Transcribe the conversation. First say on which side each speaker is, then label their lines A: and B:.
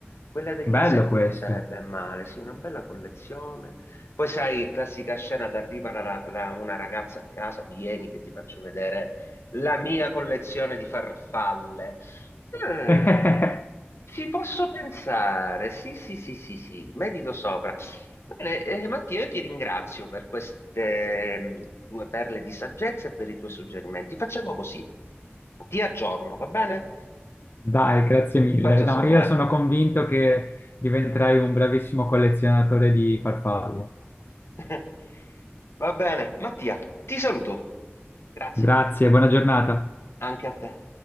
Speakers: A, on the left (about 75°); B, on the left (about 55°).
A: Quella degli
B: Bello
A: insetti
B: questo.
A: non sarebbe male, sì, una bella collezione. Poi sai, classica scena, ti arriva la- la- una ragazza a casa, vieni che ti faccio vedere la mia collezione di farfalle. Eh,
B: <laughs>
A: ci posso pensare, sì, sì, sì, sì, sì, medito sopra. Bene, eh, Mattia, io ti ringrazio per queste mh, tue perle di saggezza e per i tuoi suggerimenti. Facciamo così, ti aggiorno, va bene?
B: Dai, grazie mille.
A: Ti faccio
B: No,
A: sapere.
B: io sono convinto che diventerai un bravissimo collezionatore di farfalle.
A: <laughs> Va bene, Mattia, ti saluto. Grazie,
B: Grazie, buona giornata.
A: anche a te.